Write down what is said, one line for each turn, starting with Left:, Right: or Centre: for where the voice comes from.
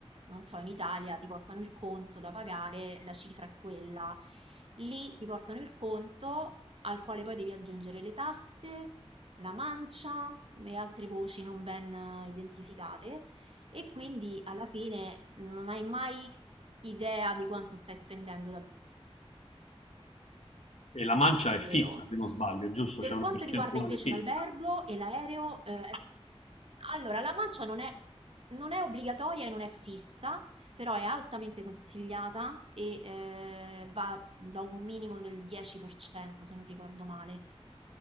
Right: non so, in Italia ti portano il conto da pagare, la cifra è quella, lì ti portano il conto al quale poi devi aggiungere le tasse, la mancia e altre voci non ben eh, identificate. E quindi alla fine non hai mai idea di quanto stai spendendo
Left: E la mancia
Right: davvero.
Left: è fissa, se non sbaglio, giusto?
Right: Per
Left: C'è una
Right: quanto
Left: percentuale
Right: riguarda invece
Left: fissa.
Right: l'albergo e l'aereo, eh, è s- allora la mancia non è, non è obbligatoria e non è fissa, però è altamente consigliata e eh, va da un minimo del 10%, se non ricordo male.